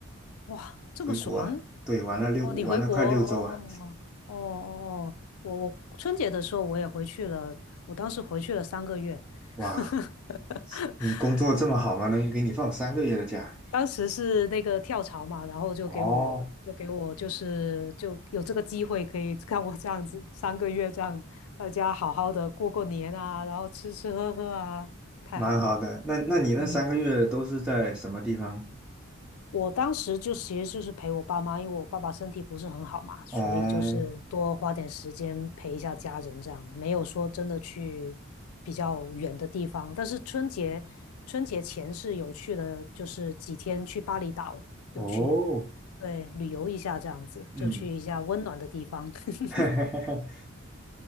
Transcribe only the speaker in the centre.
回国啊，对，玩了六，
玩了快六周啊，
哇，
你工作这么好吗？能给你放三个月的假？
哦，
蛮好的。那那你那三个月都是在什么地方？
哦，
哦，
嗯，
<laughs>